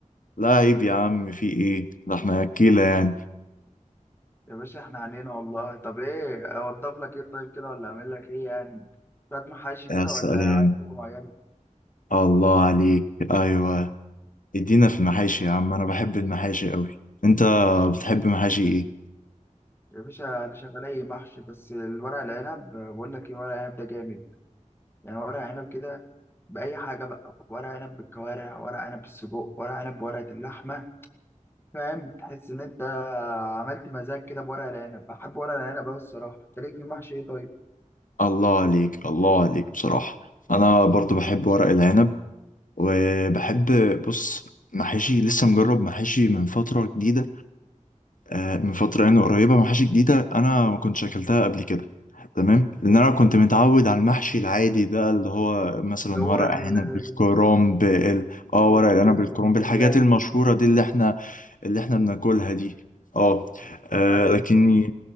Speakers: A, on the left (about 90°); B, on the left (about 15°).
A: لا عيب يا عم في ايه ده احنا اكيله يعني
B: يا باشا احنا علينا والله طب ايه اوضب لك ايه طيب كده ولا اعمل لك ايه يعني شويه محاشي
A: يا
B: كده
A: سلام
B: ولا عايز حاجه معينه
A: الله عليك ايوه ادينا في المحاشي يا عم انا بحب المحاشي قوي انت بتحب محاشي ايه
B: يا باشا انا شغال اي محشي بس الورق العنب بقول لك ايه ورق العنب ده جامد يعني ورق عنب كده باي حاجه بقى ورق عنب بالكوارع ورق عنب بالسجق ورق عنب بورقه اللحمه فاهم تحس ان انت عملت مزاج كده بورق العنب بحب ورق العنب قوي الصراحه انت ليك في محشي ايه طيب
A: الله عليك الله عليك بصراحه انا برضو بحب ورق العنب وبحب بص محاشي لسه مجرب محاشي من فتره جديده آه، من فتره يعني قريبه محاشي جديده انا ما كنتش اكلتها قبل كده تمام لان انا كنت متعود على المحشي العادي ده اللي هو مثلا
B: اللي هو
A: ورق
B: ال-
A: عنب بالكرنب ال...
B: الكرنب
A: اه ورق العنب
B: بالبتنجان
A: بالكرنب الحاجات المشهوره دي اللي احنا اللي احنا بناكلها دي اه آه،
B: ايوه
A: لكن